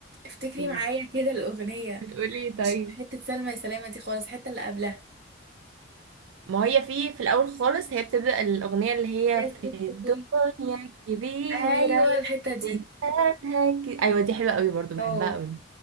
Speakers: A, on the right; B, on the right.
A: افتكري
B: ايه
A: معايا كده الأغنية
B: بتقولي إيه؟ طيب
A: مش حتة سلمى يا سلامة دي خالص الحتة اللي قبلها
B: ما هي في في الاول خالص هي بتبدا الاغنيه اللي هي
A: يا
B: في
A: ست
B: الدنيا
A: كل
B: كبيره
A: أيوة الحتة دي
B: هك- ايوه دي حلوه قوي برضو بحبها
A: اه
B: قوي